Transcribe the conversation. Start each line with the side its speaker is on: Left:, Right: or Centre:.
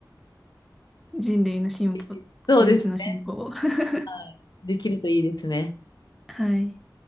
Centre: 人類の進歩、
Left: <laughs> そうですね。
Centre: 技術の進歩を。<laughs>
Left: はいできるといいですね。
Centre: はい。